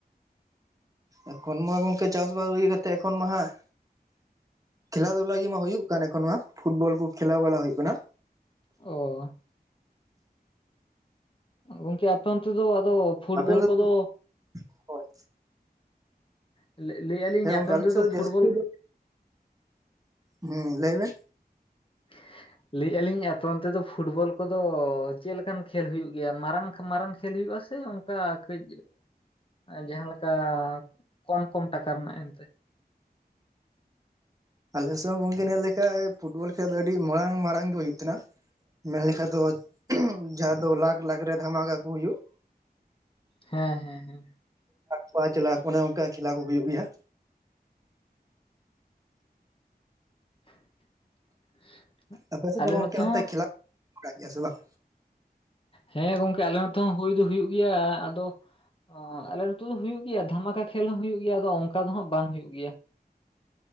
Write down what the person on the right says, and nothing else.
ᱮᱠᱷᱚᱱ ᱢᱟ ᱜᱚᱝᱠᱮ ᱪᱟᱥᱵᱟᱥ ᱠᱟᱹᱜᱤ ᱠᱟᱛᱮᱜ ᱮᱠᱷᱚᱱ ᱢᱟ ᱦᱟᱸᱜ ᱠᱷᱮᱞᱟ ᱫᱷᱩᱞᱟ ᱜᱮᱢᱟ ᱦᱩᱭᱩᱜ ᱠᱟᱱ ᱮᱠᱷᱚᱱ ᱱᱚᱣᱟ ᱯᱷᱩᱴᱵᱚᱞ ᱠᱚ ᱠᱷᱮᱞᱟ ᱵᱟᱞᱟ ᱦᱩᱭᱩᱜ ᱠᱟᱱᱟ,
ᱟᱯᱮ
ᱠᱚ ᱦᱳᱭ
ᱦᱮᱸ ᱜᱚᱝᱠᱮ
ᱟᱞᱮ
ᱥᱮᱡ ᱫᱚ
ᱡᱟᱥᱛᱤ ᱫᱚ, ᱦᱮᱸ ᱞᱮᱭᱵᱮᱱ,
ᱟᱞᱮ ᱥᱮ ᱜᱚᱝᱠᱮ ᱧᱮᱞ ᱞᱮᱠᱟᱱᱡ ᱯᱷᱩᱴᱵᱚᱞ ᱠᱷᱮᱞ ᱫᱚ ᱟᱹᱰᱤ ᱢᱟᱨᱟᱝ ᱢᱟᱨᱟᱝ ᱜᱮ ᱦᱩᱭᱩᱜ ᱛᱟᱦᱮ ᱱᱟ, ᱢᱮᱱ ᱞᱮᱠᱟᱡ ᱫᱚ ᱡᱟᱦᱟᱸ ᱫᱚ ᱞᱟᱠᱷ ᱞᱟᱠᱷ ᱨᱮ ᱫᱷᱟᱢᱟᱠᱟ ᱠᱚ ᱦᱩᱭᱩᱜ,
ᱯᱟᱸᱧᱪ ᱞᱟᱠ ᱚᱱᱮ ᱚᱱᱠᱟ ᱠᱷᱮᱞᱟ ᱠᱚ ᱦᱩᱭᱩᱜ ᱜᱮᱭᱟ᱾
ᱟᱯᱮ ᱥᱮᱫ
ᱫᱚ ᱜᱚᱝᱠᱮ
ᱚᱱᱛᱮ
ᱠᱷᱤᱞᱟᱯ <unintelligible> ᱵᱟᱲᱲᱟ ᱜᱮᱭᱟ ᱥᱮ ᱵᱟᱝ?